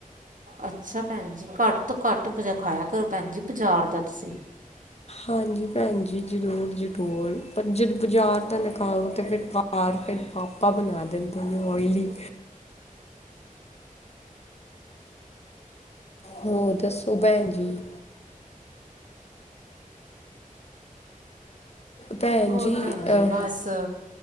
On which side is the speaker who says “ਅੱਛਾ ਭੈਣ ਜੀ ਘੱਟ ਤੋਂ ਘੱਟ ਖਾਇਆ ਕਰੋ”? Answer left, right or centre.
Right